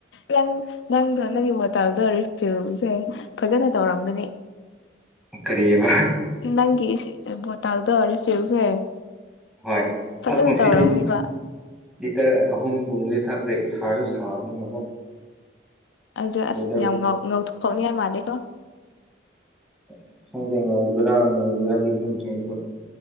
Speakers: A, on the left; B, in the centre.
A: ꯅꯪ ꯅꯪꯗꯣ ꯅꯪꯒꯤ ꯋꯥ ꯇꯥꯎꯗꯣꯔꯤ ꯐ꯭ꯌꯜꯁꯦ ꯐꯖꯅ ꯇꯧꯔꯝꯒꯅꯤ
B: ꯀꯔꯤꯕ
A: ꯅꯪꯒꯤ ꯁꯤ ꯚꯣꯇꯥꯜꯗꯣ ꯆꯦꯜꯁꯦ
B: ꯍꯣꯏ
A: ꯐꯖꯅ
B: ꯑꯁ ꯉꯁꯤꯗꯤ
A: ꯇꯧꯔꯝꯃꯅꯤꯕꯥ
B: ꯂꯤꯇꯔ ꯑꯍꯨꯝꯒꯨꯝꯕꯗꯤ ꯊꯛꯈ꯭ꯔꯦ ꯁꯥꯔꯁꯨ ꯁꯥꯕꯅꯤꯅꯀꯣ
A: ꯑꯗꯣ ꯑꯁ
B: ꯋꯦꯗꯔ
A: ꯌꯥꯝ ꯉꯧ ꯉꯧꯊꯣꯛꯅꯤꯉꯥꯏ ꯃꯥꯜꯂꯦꯀꯣ
B: ꯑꯁ ꯈꯪꯗꯦ ꯉꯧꯕ꯭ꯔꯥ ꯃꯨꯕ꯭ꯔꯥꯗꯤ ꯈꯪꯗ꯭ꯔꯦ ꯑꯗꯣ